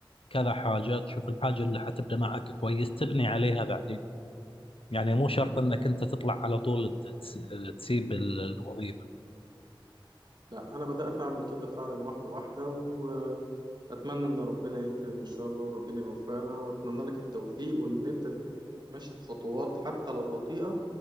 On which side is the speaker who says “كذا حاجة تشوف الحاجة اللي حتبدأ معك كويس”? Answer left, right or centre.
Left